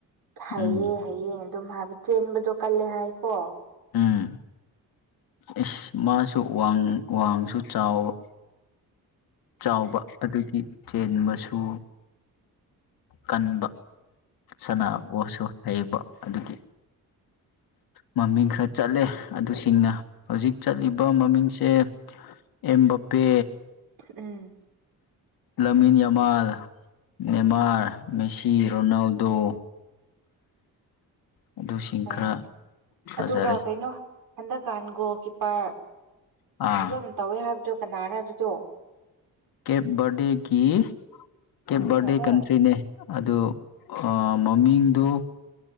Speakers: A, on the right; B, on the left.
A: ꯍꯩꯌꯦ
B: ꯎꯝ
A: ꯍꯩꯌꯦ ꯑꯗꯨꯝ ꯍꯥꯏꯕ ꯆꯦꯟꯕꯗꯣ ꯀꯜꯂꯦ ꯍꯥꯏꯀꯣ
B: ꯎꯝ ꯏꯁ ꯃꯥꯁꯨ ꯋꯥꯡ ꯋꯥꯡꯁꯨ ꯆꯥꯎꯕ ꯆꯥꯎꯕ ꯑꯗꯨꯒꯤ ꯆꯦꯟꯕꯁꯨ ꯀꯟꯕ ꯁꯅꯥꯕꯨꯁꯨ ꯍꯩꯕ ꯑꯗꯨꯒꯤ ꯃꯃꯤꯡ ꯈꯔ ꯆꯠꯂꯦ ꯑꯗꯨꯁꯤꯡꯅ ꯍꯧꯖꯤꯛ ꯆꯠꯂꯤꯕ ꯃꯃꯤꯡꯁꯦ ꯑꯦꯝꯕꯞꯄꯦ
A: ꯎꯝ
B: Lamine Yamal Neymar Messi Ronaldo ꯑꯗꯨꯁꯤꯡ
A: ꯑꯣ
B: ꯈꯔ ꯐꯖꯔꯦ
A: ꯑꯗꯨꯒ ꯀꯩꯅꯣ ꯍꯟꯗꯛꯀꯥꯟ ꯒꯣꯜ ꯀꯤꯞꯄꯔ
B: ꯑꯥ
A: ꯐꯖꯅ ꯇꯧꯋꯦ ꯍꯥꯏꯕꯗꯣ ꯀꯅꯥꯔ ꯑꯗꯨꯗꯣ
B: ꯀꯦꯞ ꯕꯔꯗꯦꯒꯤ ꯀꯦꯞ ꯕꯥꯔꯗꯦ
A: ꯑꯣ
B: ꯀꯟꯇ꯭ꯔꯤꯅꯦ ꯑꯗꯨ ꯑꯥ ꯃꯃꯤꯡꯗꯨ